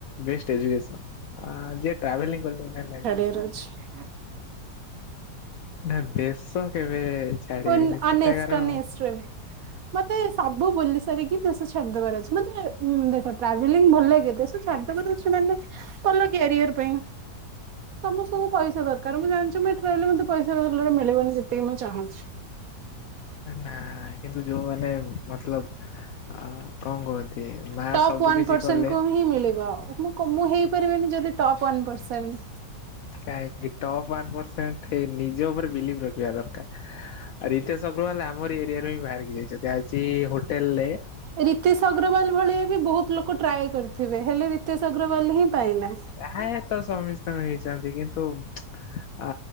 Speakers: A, on the left (about 70°); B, on the right (about 65°).
A: best education. ଆଁ ଯିଏ ଟ୍ରାଭେଲିଂ କରିପାଇଲା ଲାଇ
B: ରଛି <unintelligible>
A: ନା ଦେଶ କେବେ ଛାଡିବିନି
B: ଅନ୍
A: ସେଟା
B: ଅନେଷ୍ଟ
A: କାରଣ
B: ଅନ ଏଷ୍ଟ ର <unintelligible> ମତେ ସବୁ ବୁଲି ସାରିକି ଦେଶ ଛାଡିଦବାର ଅଛି ମତେ ଦେଖ ଟ୍ରାଭେଲିଂ ଭଲ ଲାଗେ ଦେ ଛାଡ଼ିଦେବାର ଅଛି ମାନେ ଭଲ କ୍ୟାରିଅର ପାଇଁ। ସମସ୍ତଙ୍କୁ ପଇସା ଦରକାର ମୁଁ ଜାଣିଚି ମୁଁ ଏଠି ରହଲେ ମତେ ପଇସା ଭଲରେ ମିଳିବନି ଯେତିକି ମୁଁ ଚାହୁଁଛି।
A: ନା କିନ୍ତୁ ଯୋଉମାନେ ମତଲବ ଅ କଣ କୁହନ୍ତି ମା
B: ଟପ୍
A: ସବୁ
B: ୱାନ୍
A: କିଛି
B: ପରସେଣ୍ଟକୁ
A: କଲେ
B: ହିଁ ମିଳିବ। ମୁଁ କୋ ମୁଁ ହେଇପାରିବିନି ଯଦି ଟପ୍ ୱାନ ପର୍ସେଣ୍ଟ।
A: କାହିଁକି ଟପ୍ ୱାନ ପରସେଣ୍ଟ ନିଜ ଉପରେ ବିଲିଭ ରଖିବା ଦରକାର। ରିତେସ ଅଗ୍ରୱାଲ ଆମରି ଏରିଆରୁ ହିଁ ବାହାରିକି ଯାଇଛନ୍ତି ଆଜି ହୋଟେଲ ଲେ
B: ରିତେଶ ଅଗ୍ରୱାଲ ଭଳିଆ ବି ବହୁତ ଲୋକ ଟ୍ରାଏ କରିଥିବେ ହେଲେ ରିତେଶ ଅଗ୍ରୱାଲ ହିଁ ପାଇଲା।
A: ଯାହା ହେତ ସମୀସ୍ତଙ୍କ ହେଇଚନ୍ତି କିନ୍ତୁ ଆ